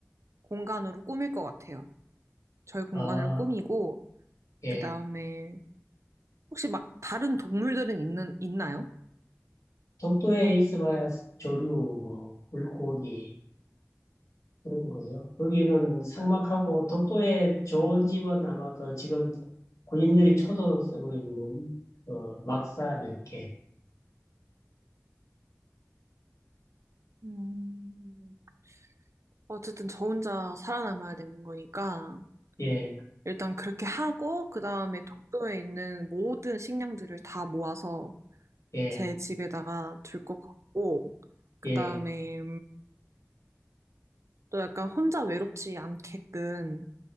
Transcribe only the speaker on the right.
공간으로 꾸밀 것 같아요. 저의 공간으로
꾸미고,
그 다음에 혹시 막 다른 동물들은 있는, 있나요?
음, 어쨌든 저 혼자 살아남아야 되는 거니까
일단 그렇게 하고 그 다음에 독도에 있는 모든 식량들을 다 모아서
제 집에다가 둘 것 같고 그
다음에 또 약간 혼자 외롭지 않게끔